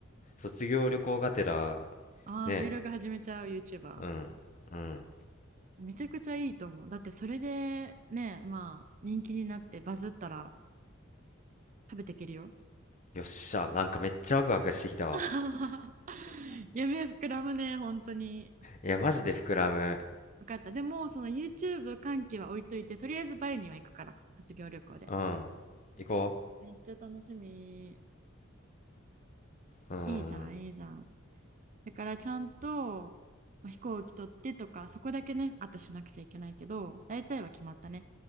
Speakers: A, on the left; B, on the right.
A: 卒業旅行がてら、
B: ああ、
A: ね
B: Vlog 始めちゃう YouTuber。
A: うん。うん。
B: めちゃくちゃいいと思う。だってそれでね、まあ人気になってバズったら食べていけるよ。
A: よっしゃ。なんかめっちゃワクワクしてきたわ。
B: <laughs> 夢膨らむね、本当に。
A: いや、マジで膨らむ。
B: 分かった。でも、その YouTube 関係は置いといて、とりあえずバリには行くから、卒業旅行で。
A: うん。行こ
B: めっちゃ楽しみ。
A: う。うん。
B: いいじゃん、いいじゃん。だからちゃんと、まあ飛行機取ってとか、そこだけね、あとしなくちゃいけないけど、大体は決まったね。